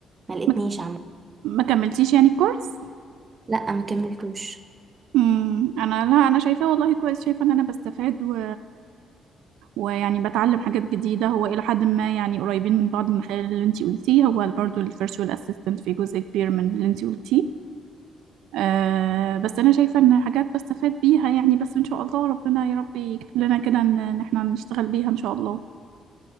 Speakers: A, on the right; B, on the right.
A: ما لقيتنيش
B: ما
A: عامة
B: ما كملتيش يعني الكورس
A: لا ما كملتوش
B: امم انا لا انا شايفاه والله كويس شايفه ان انا بستفاد و... ويعني بتعلم حاجات جديده هو الى حد ما يعني قريبين من بعض من خلال اللي انتي قلتيه هو برضو الفيرتشوال اسيستنت في جزء كبير من اللي انتي قلتيه أه بس انا شايفه ان حاجات بستفاد بيها يعني بس ان شاء الله ربنا يا رب يكتب لنا كده ان إن احنا نشتغل بيها ان شاء الله